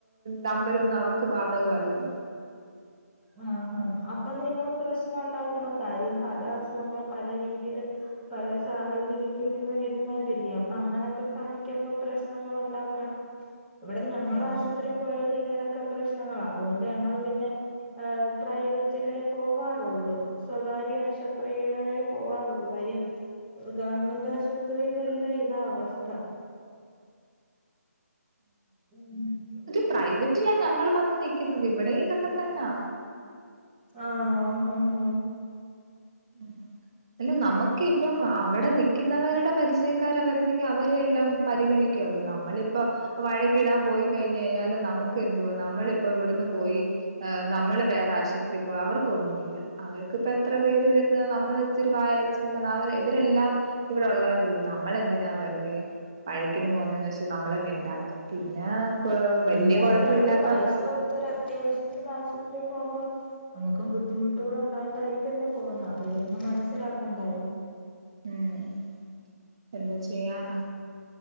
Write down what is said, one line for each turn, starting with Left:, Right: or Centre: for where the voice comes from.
Right: നമ്പരോന്ന അവർക്ക് ബാധകംല്ലല്ലോ
Centre: ആ ഹ അപ്പൊ നിങ്ങൾ പ്രശ്നം ഉണ്ടാക്കണം കാര്യം പല അസുഖങ്ങളും പല രീതിൽ പല സാഹചര്യത്തിൽ നിന്ന് വരുന്നവല്ലേ അപ്പ അങ്ങനൊക്കെ കാണിക്കുമ്പോ പ്രശ്നങ്ങ ഉണ്ടാക്കണം ഇവിടെ ഞങ്ങളൾ
Right: ഉം
Centre: ആശുപത്രിയിൽ പോയല് ഇങ്ങനെയൊക്കെ പ്രശ്നങ്ങള അതുകൊണ്ട് ഞങ്ങള് പിന്നെ പ്രൈവറ്റിലേ പോവാറുള്ളൂ സ്വകാര്യ ആശുപത്രി കളിലെ പോകാറുുള്ളൂ കാര്യം ഗവൺമെന്റ് ആശുപത്രിയിലല്ല ഇതാ അവസ്ഥ ഉം
Right: പ്രൈവറ്റില ഞങ്ങൾ വന്ന് നിക്കുന്നത് ഇവിടെയും ഇതൊക്കെ തന്നാ
Centre: ആണോ ആഹ ഹഹ
Right: ഉ അല്ല നമുക്ക് ഇപ്പ അവിടെ നൽക്കുന്നവരുടെ പരിചയക്കർ വരുന്നെങ്കിൽ അവരെ എല്ലാം പരിഗണിക്കും അവ നമ്മളിപ്പോ വഴ ക്ക്ഇടാൻ പോയി കഴിഞ്ഞ കഴിഞ്ഞാൽ നമുക്ക് എന്തുവാ നമ്മള ഇപ്പോ ഇവിടുന്ന് പോയി് നമ്മള് വേറെ ആശു പോ അവർക്കൊന്നുമ ഇല്ല അവർക്ക ഇപ്പ എത്ര പേര് വരുന്നത് നമ്മളച്ചിരി വായൽച്ചന്ന് പറഞ്ഞ ഇവരെല്ലാം ഇവിടെള്ളവരില്ലേ നമ്മളെന്തിനാ വെുതെ വഴക്കിന് പോകുന്നെന്ന് വെച്ച നമ്മളെ മിണ്ടാത്ത പിന്നെ വല്യ
Centre: എന്നാലും
Right: കൊഴപ്പം
Centre: നമ്മള്
Right: ഇല്ലാത്തോണ്ടാ
Centre: പൈസ കൊടുത്ത ഒരു അത്യാവശ്യത്തിന് ആശുത്രി പോകുമ്പോ നമുക്ക് ബുദ്ധിമുട്ടുകൾ ഉണ്ടായിട്ടായിരിക്കുംല്ലേ പോന്നത് അത അവര് മനസ്സിലാക്കണ്ടായും
Right: ഉം എന്തൊ ചെയ്യാനാ